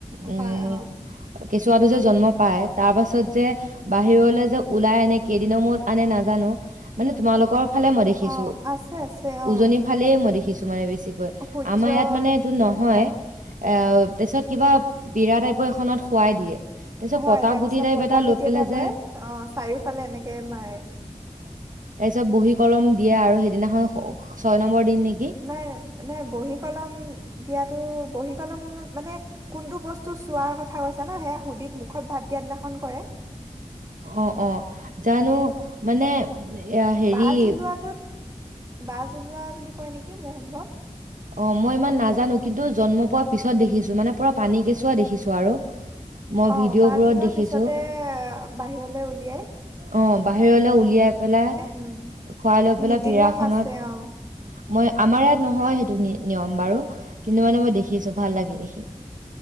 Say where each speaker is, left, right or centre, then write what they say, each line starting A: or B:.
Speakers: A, on the right; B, on the right.
A: উম
B: হয় অ
A: অ কেঁচুৱাটো যে জন্ম পায় তাৰ পাছত যে বাহিৰলে যে ওলাই আনে কেইদিনৰ মূৰত আনে নাজানো মানে তোমালোকৰ ফালে মই দেখিছো
B: অ আছে আছে অ
A: উজনি ফালে মই দেখিছো তোমাৰে বেছি কৈ
B: সূৰ্যটো
A: আমাৰ ইয়াত মানে এইটো নহয় এ পিছত কিবা পীৰা টাইপৰ এখনত শুৱাই দিয়ে। তাৰ পিছত
B: হয়,
A: পতা
B: তাৰপিছত
A: গুটি টাইপ
B: পতাগুটি
A: পেলাই
B: এটা
A: যে
B: লৈ অ' চাৰিও ফালে এনেকে মাৰে।
A: য'ত বহী কলম দিয়ে আৰু সেইদিনাখন ছয় নম্বৰ দিন নেকি
B: নাই, নাই বহী-কলম দিয়াতো বহী-কলম মানে কোনটো বস্তু চোৱাৰ কথা কৈছা ন, সেয়া সুদিত মুখত ভাত দিয়া দিনাখন কৰে।
A: অ' অ', জানো, মানে! এ হেৰি
B: বাজ ওলোৱাটোত বাজ ওলোৱা বুলি কয় নেকি মোৰ সম্ভৱ
A: অ' মই ইমান নাজানো, কিন্তু জন্ম পোৱাৰ পিছত দেখিছো মানে পুৰা পানী কেঁচুৱা দেখিছো আৰু। মই
B: অ'
A: ভিডিঅ'
B: বাছ
A: বোৰত
B: ওলোৱাৰ
A: দেখিছো
B: পিছতে বাহিৰলে উলিয়ায়।
A: অ' বাহিৰলৈ উলিয়াই পেলাই,
B: উম
A: খুৱাই লৈ পেলাই
B: নীতি
A: পীৰাখনত
B: নিয়ম আছে অ
A: মই, আমাৰ ইয়াত নহয় সেইটো নিয়ম বাৰু কিন্তু মানে মই দেখিছো ভাল লাগে দেখি।